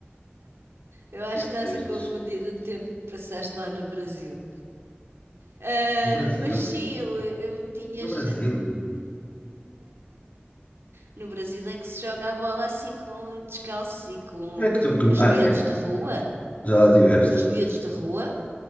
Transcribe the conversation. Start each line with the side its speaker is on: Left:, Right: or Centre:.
Right: Eu acho
Left: Tempos
Right: que estás
Left: estes.
Right: a confundir o tempo que passaste lá no Brasil. Ah,
Left: No Brasil,
Right: mas sim, eu, eu tinha
Left: no Brasil.
Right: já. No Brasil é que se joga a bola assim com descalços e com
Left: Quem é que tu. com-
Right: os
Left: Ah,
Right: miúdos
Left: é?
Right: de rua.
Left: Já lá tiveste?
Right: Os miúdos de rua,